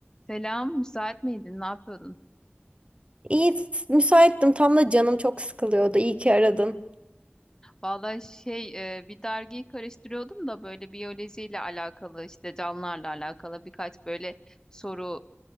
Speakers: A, on the left (about 15°); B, on the right (about 30°).
A: Selam, müsait miydin? Ne yapıyordun?
B: İyi, müsaittim. Tam da canım çok sıkılıyordu. İyi ki aradın.
A: Vallahi şey, e, bir dergiyi karıştırıyordum da böyle biyolojiyle alakalı, işte canlılarla alakalı birkaç böyle soru,